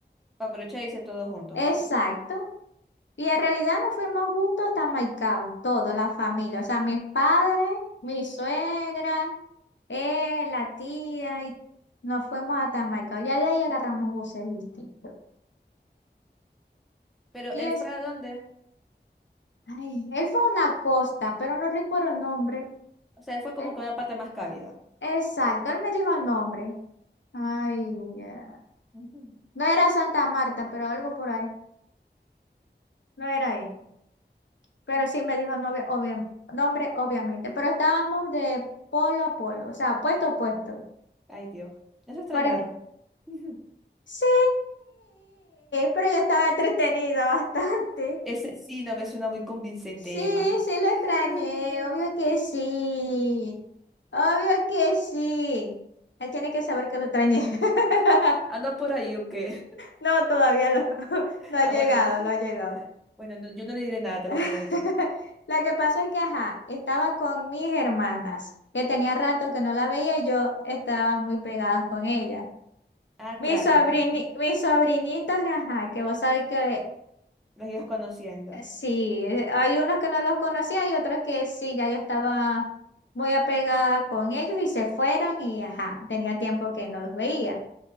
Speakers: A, in the centre; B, on the left (about 85°).
A: Para aprovechar y hice todos juntos,
B: Exacto.
A: pues.
B: Y en realidad nos fuimos juntos hasta Maicao, toda la familia, o sea, mis padres, mi suegra, él, la tía, y nos fuimos hasta Maicao. Ya de ahí agarramos buses distintos.
A: Pero
B: Y
A: él
B: es,
A: fue a dónde?
B: ay, él fue a una costa, pero no recuerdo el nombre.
A: O sea, él fue como
B: Eh,
A: que a una parte más cálida.
B: Exacto, él me dijo el nombre. Ay, ya.
A: Ujú.
B: No era Santa Marta, pero algo por ahí. No era ahí. Pero sí me dijo novia, obvia- nombre, obviamente. Pero estábamos de polo a polo, o sea, puesto a puesto.
A: Ay, Dios. Eso extrañaron.
B: Pare-
A: <laughs> Ujú.
B: sí, pero yo estaba entretenida bastante.
A: Ese sí no me suena muy convincente,
B: Sí,
A: Emma.
B: sí lo
A: <laughs>
B: extrañé, obvio que sí. Obvio que sí. Él tiene que saber que lo extrañé. <laughs>
A: ¿Anda por ahí o qué?
B: No, todavía lo, <laughs> no ha
A: Ah,
B: llegado,
A: bueno, <laughs>
B: lo ha llegado.
A: bueno, no- yo no le diré nada, te
B: <laughs>
A: lo prometo.
B: la que pasó es que, ajá, estaba con mis hermanas, que tenía rato que no la veía y yo estaba muy pegada con ella.
A: Ah,
B: Mis
A: claro,
B: sobrini-
A: entonces.
B: mis sobrinitos, ajá, que vos sabés que
A: Los ibas conociendo.
B: eh, sí, eh, hay unos que no los conocía y otros que sí, ya yo estaba muy apegada con ellos y se fueron y, ajá, tenía tiempo que no los veía.